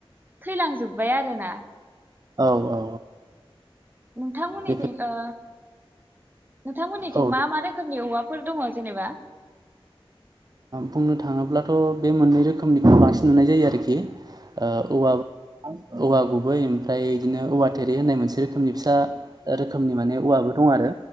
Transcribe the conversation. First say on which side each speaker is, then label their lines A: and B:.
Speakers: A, on the right; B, on the right.
A: थैलांजोब्बाय आरो ना।
B: औ औ
A: नोंथांमोननिथि
B: बेफोर
A: ओ नोंथांमोननिथिं
B: औ ओ
A: मा मा रोखोमनि औवा‌ फोर दङ जेनेबा?
B: बुंनो थाङोब्लाथ' बे मोननै रोखोमनिखौ बांसिन नुनाय जायो आरोखि। औ ओवा औवा गुबै ओमफ्राय बिदिनो औवा थेरै होननाय मोनसे रोखोमनि फिसा रोखोमनि माने औवाबो दं आरो।